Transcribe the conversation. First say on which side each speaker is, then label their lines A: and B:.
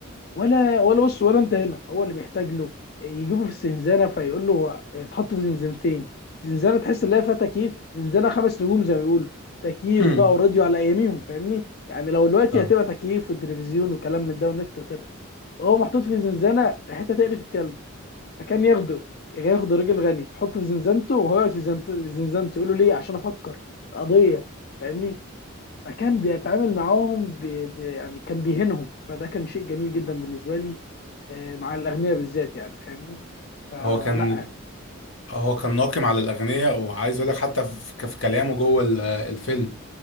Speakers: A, on the left (about 50°); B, on the left (about 70°).
A: ولا ولا بص ولا انت هنا هو اللي بيحتاج له يجيبه في الزنزانه فيقول له هو- يتحط في زنزانتين زنزانه تحس ان هي فيها تكييف زنزانه خمس نجوم زي ما بيقولوا تكييف
B: <laughs>
A: بقى وراديو على اياميهم فاهمني يعني لو دلوقتي
B: فاهم
A: هتبقى تكييف والتلفزيون وكلام من ده والنت وكده هو محطوط في زنزانه حته تقرف الكلب كان ياخده ياخده راجل غني يحطه في زنزانته وهو يقعد في زنت- زنزانته يقول له ليه عشان افكر قضيه فاهمني فكان بيتعامل معاهم ب... ب... يعني كان بيهينهم فده كان شيء جميل جدا بالنسبه لي آه، مع الاغنياء بالذات يعني فاهمني فلا
B: هو كان هو كان ناقم على الأغنياء وعايز أقول لك حتى في في كلامه جوه ال- الفيلم